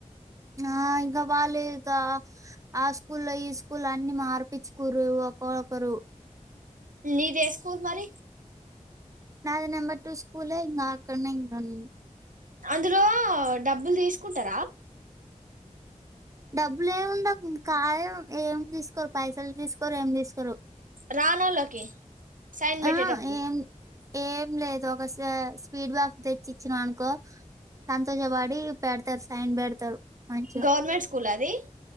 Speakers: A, on the right; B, on the right.
A: ఆ ఇంకా బాలేేకా ఆ స్కూలో ఈ స్ స్కూల్లు అన్ని మార్పిచ్చుకుర్రు ఒకరొకరు
B: నీదెస్కూల్ మరి?
A: నాది నంబర్ టు స్కూలే ఇంగ అక్కనే ఇంకాన్నీ
B: ఇందులో డబ్బుల్ తీసుకుంటరా?
A: డబ్బులు ఏం డబ్బు కాయం ఏం దీస్కోరు పైసలు దీస్కోరు ఏం దీస్కోరు
B: రానోళ్లకి సైన్ పెట్టేటప్పుడు
A: ఆ ఏం ఏం లేదు ఒక స్వ స్వీట్ బాక్స్ తెచ్చిచ్చినా అనుకో సంతోషపడి పెడతార్ సైన్ పెడతారు మంచిగా
B: గవర్నమెంట్ స్కూల అది